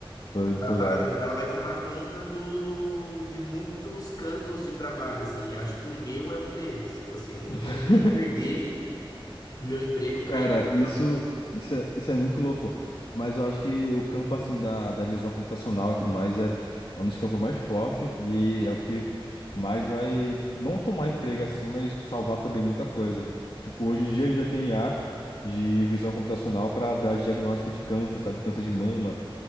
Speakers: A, on the left (about 65°); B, on the left (about 45°).
A: Tô
B: a
A: tô ligado.
B: parada, ela vai tomar conta do, do- de muitos campos de trabalho, assim, e acho que o meu é um deles. Tipo assim, eu não tô
A: <laughs>
B: falando que eu vou perder o meu emprego para
A: Cara,
B: ir.
A: isso,
B: Não,
A: isso é, isso é muito louco. Mas eu acho que o campo, assim, da, da visão computacional e tudo mais é, é um dos campos mais fortes e é o que mais vai não tomar emprego, assim, mas salvar também muita coisa. Tipo, hoje em dia a gente já tem IA de visão computacional para dar diagnóstico de câncer, sabe? Câncer de mama,